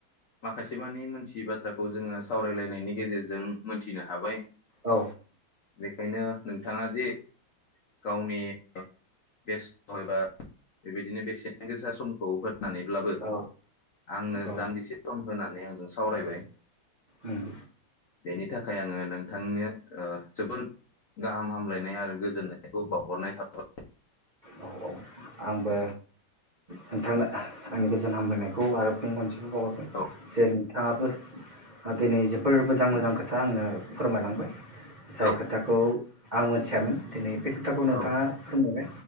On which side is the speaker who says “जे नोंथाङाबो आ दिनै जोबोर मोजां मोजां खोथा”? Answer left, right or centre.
Right